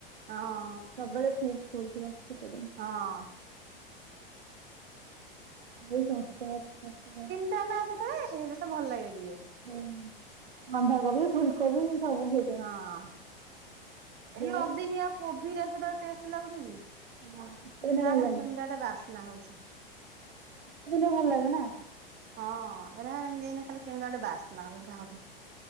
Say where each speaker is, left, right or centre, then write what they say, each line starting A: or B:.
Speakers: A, on the right; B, on the right.
A: ହଁ।
B: ସବୁବେଳେ ଫ୍ରିଜ ଫୁଲ ଥିବ ସିତଦିନେ।
A: ହଁ।
B: ଏ ଶସ୍ତା <unintelligible>
A: <unintelligible> ସେତବେଲେ ସେଇଟା ଭଲ ଲାଗେ ଟିକେ।
B: ହୁ ବନ୍ଧାକୋବି ଫୁଲକୋବି ସବୁ ହେଇ
A: ହଁ ଏଇ
B: ଆଉ
A: ଅଦିନିଆ କୋବିରା ସୁଧା ଟେଷ୍ଟ ଲାଗୁଚି କି?
B: ନା ଶୀତ ଦିନେ
A: ଏରା
B: ଭଲ
A: ଖାଲି
B: ଲାଗେ
A: କେମିତିଆ ଗୋଟେ ବାସ୍ନା ହଉଚି।
B: ସେଥିପାଇଁ ଭଲ ଲାଗେ ନା।
A: ହଁ ଏରା ଏମିତି ଖାଲି କେମିତି ଗୋଟେ ବାସ୍ନା ଅଲଗା ଗୋଟେ।